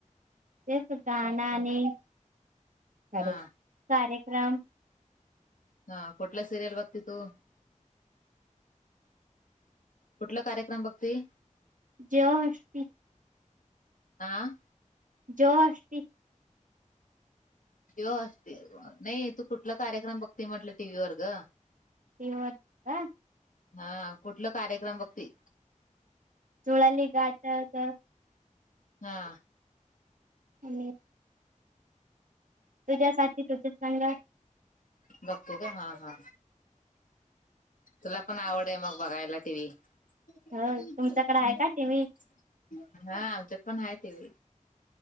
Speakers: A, on the right (about 75°); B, on the left (about 80°).
A: तेच गाण्या आणि कार
B: हा
A: कार्यक्रम
B: हा कुठला सिरियल बघते तू कुठला कार्यक्रम बघते
A: जेवष्टती
B: हाना
A: जो असती
B: जव असते नाही तू कुठला कार्यक्रम बघते म्हटलं टी व्ही वर ग
A: तेव का
B: हा कुठलं कार्यक्रम बघते
A: चुळाली घाटग <unintelligible>
B: हा
A: आणि तुझ्यासाठी तुझंच चांगल
B: <inaudible> बघतू का हा -हा तुला पण आवड मग <inaudible> बघायला टिव्ही <unintelligible>
A: होय तुमच्याकडे आहे का टीव्ही
B: हा आमच्यात पण हाय टिव्ही